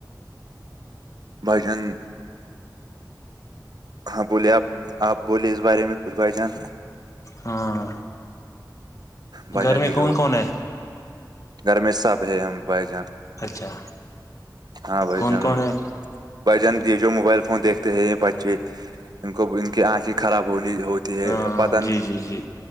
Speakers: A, on the right; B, on the left.
A: بجن ہاں بوولے آپ آپ بولے اس بارے میں کچھ بھ جان
B: ہاں
A: بھائی
B: گھر
A: جان
B: میں
A: یہ
B: کون
A: جو
B: کون ہے
A: گھر میں سب ہے ہم بھائی جان
B: اچھا
A: ہاں بھائی
B: کون
A: جن
B: کون ہے
A: بھجن یہ جو موبائل فون دیکھتے ہیں بچے ان کو ان کی آنکھیں خراب ہونی ہوتی ت
B: ہاں
A: پت
B: جی جی جی